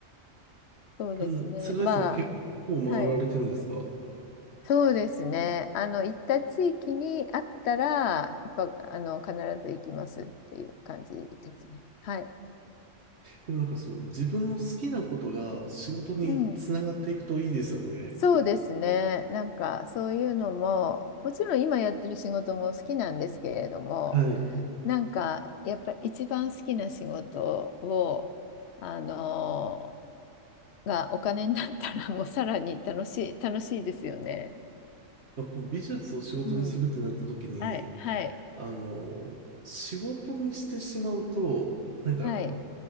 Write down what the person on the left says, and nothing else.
そうですね。
まあ、はい。そうですね。あの、行った地域にあったら、やっぱ、あの、必ず行きますっていう感じですね。はい。
うん。そうですね。なんかそういうのも、もちろん今やってる仕事も好きなんですけれども、
なんかやっぱり一番好きな仕事を、あのがお金になったらもうさらに楽しい、楽しいですよね。
うん。はい、はい、
はい。